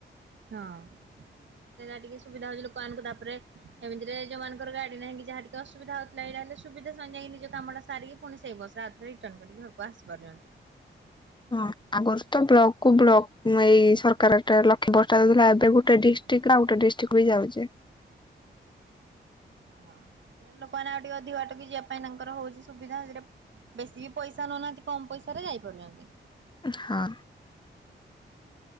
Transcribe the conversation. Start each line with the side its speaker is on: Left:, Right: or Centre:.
Right: ହଁ ସେଇଟା ଟିକେ ସୁବିଧା ହଉଛି ଲୋକମାନଙ୍କୁ ତାପରେ ଏମିତିରେ ଯୋଉ ମାନଙ୍କର ଗାଡି ନାହିଁ କି ଯାହା ଟିକେ ଅଶୁବିଧା ହୋଉଥିଲା ଏଇଟା ହେଲେ ସୁବିଧା ସେମାନେ ଯାଇକି ନିଜ କାମ ଟା ସାରିକି ଫୁଣି ସେଇ ବସରେ ଆଉଥି ସେ ରିଟର୍ନ କରିକି ଘରକୁ ଆସିପାରୁଚନ୍ତି।
Left: ହଁ ଆଗରୁ ତ ବ୍ଲକ କୁ ବ୍ଲକ ଏଇ ସରକାରଟା ଲକ୍ଷ୍ୟ ବା ଦଉଥିଲା ଏବେ ଗୋଟେ ଡି ଟିକରୁ ଆଉ ଗୋଟେ ଡିଷ୍ଟ୍ରିକ ବି ଯାଉଛି।
Right: ଓହଁ ଲୋକମାନେ ଆଉ ଟିକେ ଅଧିକ ବାଟକି ଯିବା ପାଇଁ ତାଙ୍କର ହଉଛି ସୁବିଧା ସେଥିରେ ବେଶୀ ବି ପଇସା ନଉନାହାନ୍ତି କମ ପଇସା ରେ ଯାଇ ପାରୁଛନ୍ତି।
Left: ହଁ।